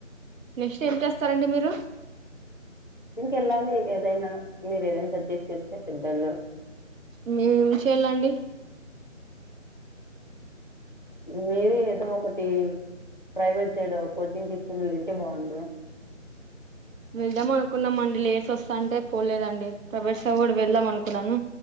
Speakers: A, on the right; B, on the left.
A: నెక్స్ట్ ఏం చేస్తారండి మీరు
B: కెల్లాలి ఏదైనా మీరు ఏదైనా సజెస్ట్ చేస్తే పెద్దోళ్ళు
A: మేమేం చేయాలండి
B: మీరే ఏదో ఒకటి ప్రైవేటు సైడు కోచింగ్ తీసుకొని వెళ్ళి ఉంటే బాగుండు
A: వెళ్దాం అనుకున్నాము అండి లెట్స్ వస్తా ఉంటే పోలేదు అండి ప్రవేట్ సైడ్ కూడా వెళ్దాం అనుకున్నాను